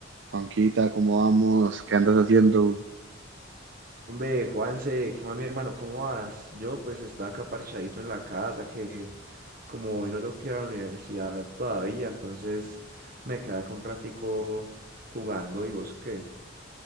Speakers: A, on the right; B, on the right.
A: Juanquita, ¿cómo vamos? ¿Qué andas haciendo?
B: Hombre, Juanse, ¿qué más, mi hermano? ¿Cómo vas? Yo pues estaba acá parchadito en la casa, que como hoy no tengo que ir a la universidad todavía, entonces me quedé acá un ratico jugando y vos qué.